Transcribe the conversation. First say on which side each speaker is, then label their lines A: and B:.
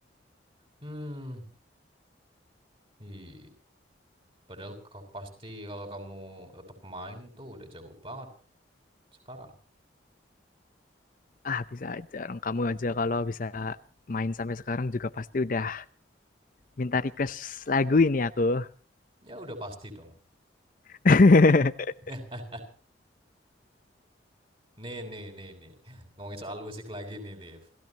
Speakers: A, on the right; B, on the left.
A: Hmm, ih. Padahal kau pasti kalau kamu tetap main tuh udah jago banget sekarang.
B: ah bisa aja orang kamu aja kalau bisa main sampai sekarang juga pasti udah minta request lagu ini aku.
A: Ya udah pasti dong.
B: <laughs>
A: <laughs> Nih, nih, nih, nih. Ngomongin soal musik lagi nih, Liv.